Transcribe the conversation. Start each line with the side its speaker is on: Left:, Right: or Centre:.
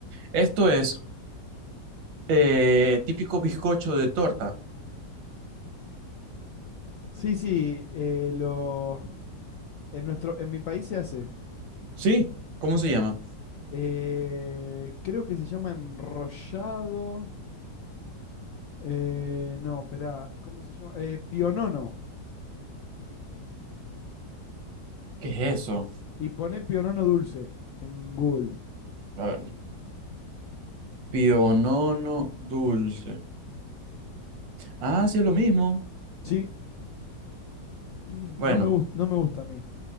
Right: Esto es eh, típico bizcocho de torta.
Left: Sí, sí, eh, lo. En nuestro, en mi país se hace.
Right: ¿Sí? ¿Cómo se llama?
Left: Eh, creo que se llama enrollado. Eh, no, espera, ¿cómo se llama? Eh, pionono.
Right: ¿Qué es eso?
Left: Y poné pionono dulce en Google.
Right: A ver. Pionono dulce. Ah, sí, es lo mismo.
Left: Sí, <clears throat> no
Right: Bueno,
Left: me, gusta, no me gusta a mí.